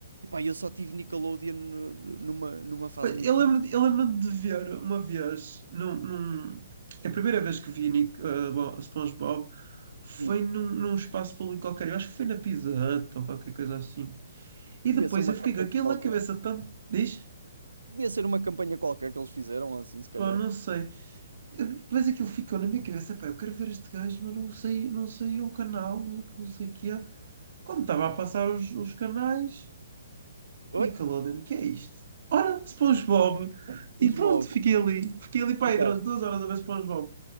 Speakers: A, on the right; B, on the right.
A: Pá, eu só tive Nickelodeon eh, numa, numa fase
B: Pois,
A: muito
B: Eu
A: curta.
B: lembro, eu lembro de ver uma vez, num, num- é a primeira vez que vi Nick, eh, Bo- SpongeBob foi
A: Hum.
B: num, num espaço público qualquer, eu acho que foi na Pizza Hut ou qualquer coisa assim. E
A: Ia
B: depois
A: ser uma
B: eu
A: campanha
B: fiquei com aquilo
A: qualquer.
B: na cabeça tanto. Diz?
A: Ia ser uma campanha qualquer que eles fizeram, assim, se calhar.
B: Pá, não sei. Eu- depois aquilo ficou na minha cabeça, pá, eu quero ver este gajo, mas não sei, não sei o canal, não não sei o que é. Quando estava a passar os, os canais,
A: Oi?
B: Nickelodeon, o que é isto? Ora, SpongeBob. E
A: SpongeBob,
B: pronto, fiquei ali. Fiquei ali, pá,
A: ficaste.
B: aí durante duas horas a ver SpongeBob.